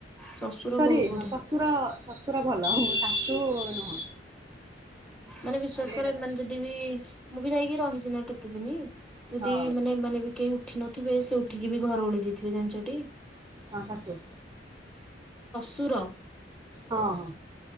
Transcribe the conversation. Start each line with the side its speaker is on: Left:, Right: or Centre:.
Centre: ଶ୍ୱଶୁର
Right: ସରି
Centre: ବହୁତ ବଢିଆ
Right: ହ ଶଶୁର ଶଶ ସୁର ଭଲ ଓହୋ ଶାସୁ ନୁହଁ।
Centre: ମାନେ ବିଶ୍ଵାସ
Right: ମୁଁ କହିଲି ଏଇଟା
Centre: କରେ ଏମାନେ
Right: ତ
Centre: ଯଦି ବିି ମୁଁ ବି ଯାଇକି ରହିଛି ନା କେତେ ଦିନି। ଯଦି
Right: ହଁ
Centre: ମାନେ ଏମାନେ ବି କେହି ଉଠି ନଥିବେ ସେ ଉଠିକି ବି ଘର ଓଳେଇ ଦେଇଥିବେ ଜାଣିଚଟି।
Right: ତାଙ୍କ ଶାଶୁ
Centre: ଶୁର
Right: ହଁ ହଁ